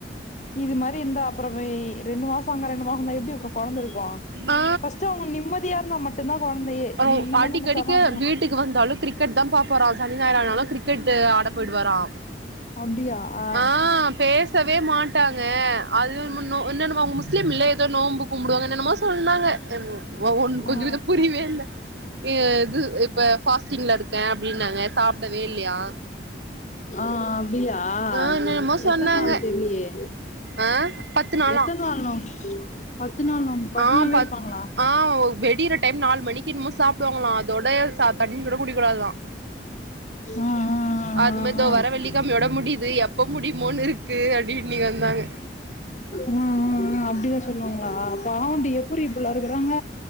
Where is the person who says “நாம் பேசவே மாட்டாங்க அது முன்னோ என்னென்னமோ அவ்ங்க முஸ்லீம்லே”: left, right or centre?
Right